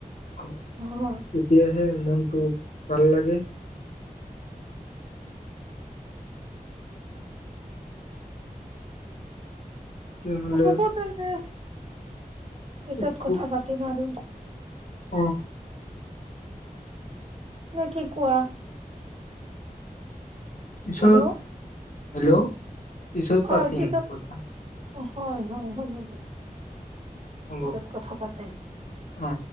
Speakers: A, on the left (about 60°); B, on the right (about 40°).
A: ক
B: হয়,
A: তেতিয়াহে মন টো ভাল লাগে তেতিয়াহ'লে
B: অ হ'ব তেন্তে পিছত
A: উৎসৱ
B: কথা পাতিম আৰু
A: অ
B: নে কি কোৱা
A: পিছত
B: হেল্ল'
A: হেল্ল' পিছত
B: হয়
A: পাতিম
B: পিছত
A: কথা
B: হয় হয় হ'ব দে
A: হ'ব
B: পিছত কথা পাতিম
A: অ